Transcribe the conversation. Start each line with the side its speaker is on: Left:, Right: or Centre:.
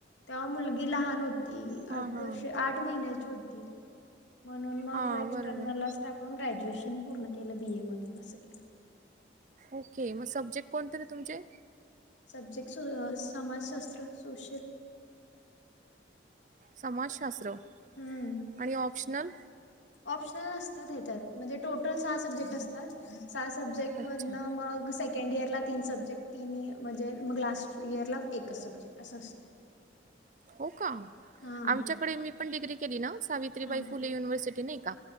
Left: तेव्हा मुलगी लहान होती
Right: हां,
Left: आठ
Right: हां.
Left: वर्ष आठ महिन्याची होती. म्हणून मग
Right: हा
Left: एक्स्टर्नल
Right: बरोबर
Left: लाच टाकून ग्रॅज्युएशन पूर्ण केलं बी ए मधून असं केलं.
Right: ओके मग सब्जेक्ट कोण तरी तुमचे?
Left: सब्जेक्ट शो समाजशास्त्र सोशल.
Right: समाजशास्त्र
Left: हम्म.
Right: आणि ऑप्शनल?
Left: ऑप्शनल नसतात हेच्यात म्हणजे टोटल सहा सब्जेक्ट अस तात सहा सब्जेक्ट
Right: अच्छा
Left: मधनं मग से कंड इयरला तीन सब्जेक्ट तिनिय म्हणजे मग लास्ट इयरला एकच सब्जेक्ट असं असतय.
Right: हो का
Left: हा
Right: आमच्याकडे मी पण डिग्री केली ना सावित्रीबाई
Left: हा
Right: फुले युनिव्हर्सिटी नाही का